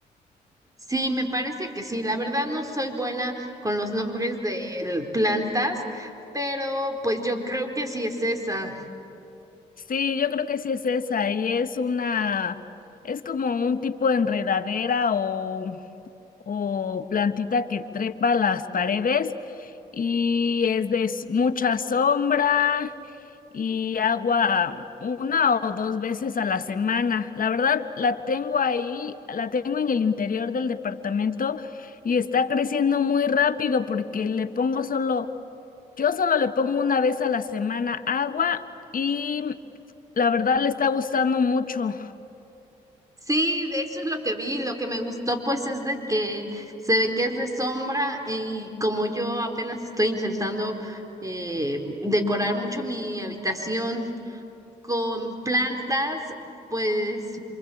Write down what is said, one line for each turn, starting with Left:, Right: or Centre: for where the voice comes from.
Right: Sí, me parece que sí. La verdad no soy buena con los nombres de plantas, pero pues yo creo que sí es esa.
Left: Sí, yo creo que sí es esa y es una, es como un tipo de enredadera o o plantita que trepa las paredes y es de s- mucha sombra y agua una o dos veces a la semana. La verdad, la tengo ahí, la tengo en el interior del departamento y está creciendo muy rápido porque le pongo solo, yo solo le pongo una vez a la semana agua y la verdad le está gustando mucho.
Right: Sí, de eso es lo que vi, lo que me gustó pues es de que se ve que es de sombra y como yo apenas estoy intentando eh, decorar mucho mi habitación con plantas, pues